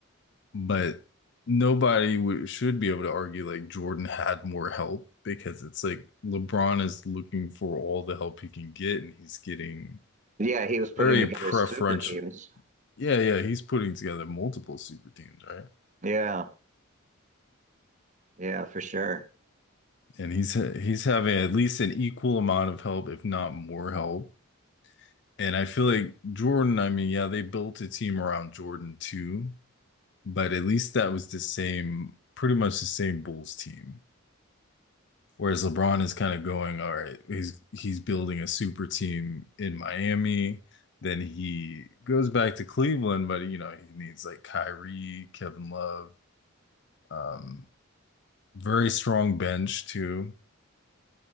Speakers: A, on the left; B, on the right.
A: But nobody w should be able to argue like Jordan had more help because it's like LeBron is looking for all the help he can get and he's getting
B: Yeah, he was putting
A: very
B: together
A: preferential.
B: super teams.
A: Yeah, yeah, he's putting together multiple super teams, right?
B: Yeah, yeah, for sure.
A: And he's ha- he's having at least an equal amount of help, if not more help. And I feel like Jordan, I mean, yeah, they built a team around Jordan too, but at least that was the same, pretty much the same Bulls team. Whereas LeBron is kind of going, all right, he's he's building a super team in Miami. Then he goes back to Cleveland, but you know, he needs like Kyrie, Kevin Love, um, very strong bench too.